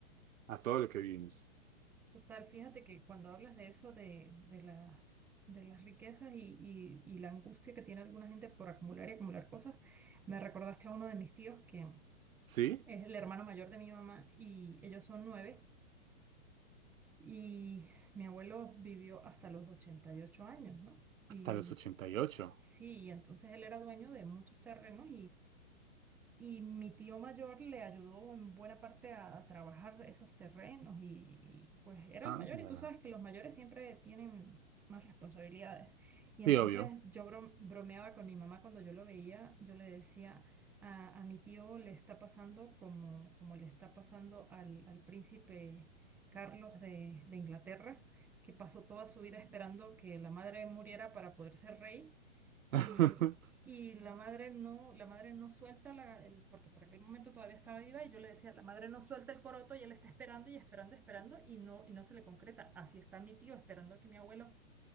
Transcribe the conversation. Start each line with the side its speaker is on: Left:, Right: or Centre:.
Right: a todo lo que vivimos.
Centre: Total, fíjate que cuando hablas de eso, de, de la- de las riquezas y, y- y la angustia que tiene alguna gente por acumular y acumular cosas, me recordaste a uno de mis tíos que
Right: ¿Sí?
Centre: es el hermano mayor de mi mamá y ellos son nueve y mi abuelo vivió hasta los 88 años, ¿no? Y
Right: Hasta los ochenta y ocho
Centre: sí, y entonces él era dueño de muchos terrenos Y mi tío mayor le ayudó en buena parte a, a trabajar esos terrenos y, y, pues era
Right: Anda.
Centre: el mayor y tú sabes que los mayores siempre tienen más responsabilidades. Y entonces
Right: Sí, obvio.
Centre: yo bro- bromeaba con mi mamá cuando yo lo veía, yo le decía, a, a mi tío le está pasando como, como le está pasando al, al príncipe Carlos de, de Inglaterra, que pasó toda su vida esperando que la madre muriera para poder ser rey. Y,
Right: <laughs>
Centre: y la madre no, la madre no suelta la, el- porque por aquel momento todavía estaba viva y yo le decía, la madre no suelta el coroto y él está esperando y esperando, esperando y no, y no se le concreta. Así está mi tío esperando a que mi abuelo